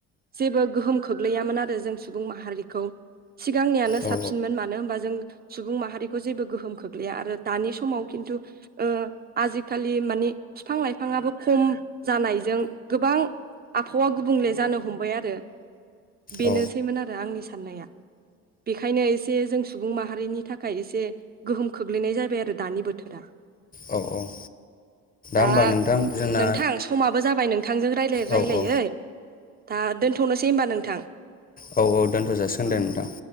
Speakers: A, on the right (about 30°); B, on the left (about 25°).
A: जेबो गोहोम खोख्लैयामोन आरो जों सुबुं माहारिखौ सिगांनियानो
B: औ
A: साबसिनमोन मानो होनबा जों सुबुं माहारिखौ जेबो गोहोम खोख्लैया आरो दानि समाव खिन्थु आजिखालि मानि बिफां लाइफाङाबो खम जानायजों गोबां आबहावा गुबुंले जानो हमबाय आरो बेनोसैमोन
B: औ
A: आरो आंनि साननाया बेखायनो एसे जों सुबुं माहारिनि थाखाय एसे गोहोम खोख्लैनाय जाबाय आरो दानि बोथोरा
B: औ औ
A: दा
B: होमबा नोंथां जोंना
A: नोंथां समाबो जाबाय नोंथांजों रायलायै
B: औ
A: रायलायै।
B: औ
A: दा दोन्थ'नोसै होमबा नोंथां।
B: औ औ दोन्थ' जासिगोन
A: औ
B: दे नोंथां।